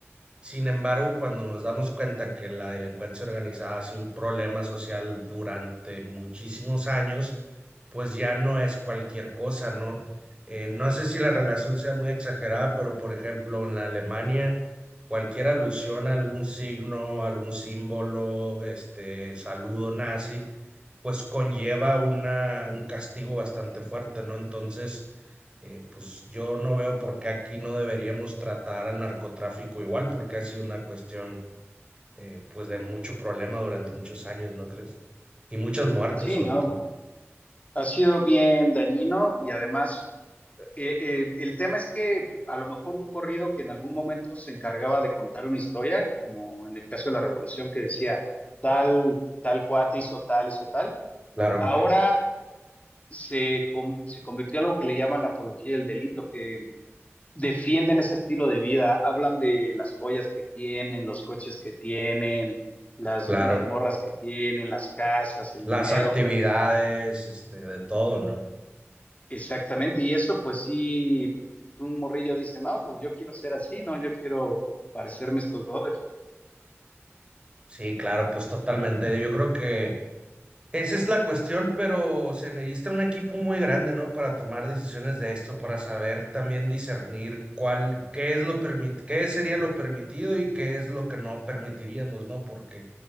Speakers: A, on the right; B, on the left.
A: Sin embargo, cuando nos damos cuenta que la delincuencia organizada ha sido un problema social durante muchísimos años, pues ya no es cualquier cosa, ¿no? Eh, no sé si la relación sea muy exagerada, pero por ejemplo, en la Alemania, cualquier alusión a algún signo, algún símbolo, este, saludo nazi, pues conlleva una, un castigo bastante fuerte, ¿no? Entonces, eh, pues yo no veo por qué aquí no deberíamos tratar al narcotráfico igual, porque ha sido una cuestión eh, pues de mucho problema durante muchos años, ¿no crees? Y muchas muertes
B: Sí,
A: sobre
B: ¿no?
A: todo.
B: Ha sido bien dañino y además eh, eh, el tema es que a lo mejor un corrido que en algún momento se encargaba de contar una historia, como en el caso de la Revolución que decía tal, tal cuate hizo tal, hizo tal,
A: Claro,
B: ahora se, con- se convirtió a lo que le llaman la apología del delito, que defienden ese estilo de vida, hablan de las joyas que tienen, los coches que tienen, las,
A: claro.
B: las morras que tienen, las casas, el
A: Las
B: dinero.
A: actividades, este, de todo, ¿no?
B: Exactamente, y eso pues sí, pues, un morrillo dice, no, pues yo quiero ser así, no, yo quiero parecerme a estos brothers.
A: Sí, claro, pues totalmente. Yo creo que Esa es la cuestión, pero se necesita un equipo muy grande, ¿no? Para tomar decisiones de esto, para saber también discernir cuál, qué es lo permit, qué sería lo permitido y qué es lo que no permitiríamos, ¿no? Porque